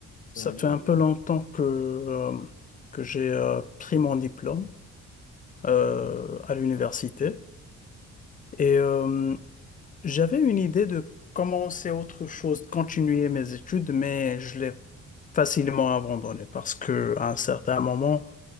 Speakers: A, on the left; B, on the left.
A: C'est
B: Ça
A: un
B: fait
A: livre.
B: un peu longtemps que, euh, que j'ai euh, pris mon diplôme euh, à l'université et euh, j'avais une idée de commencer autre chose, de continuer mes études, mais je l'ai facilement abandonné parce que à un certain moment,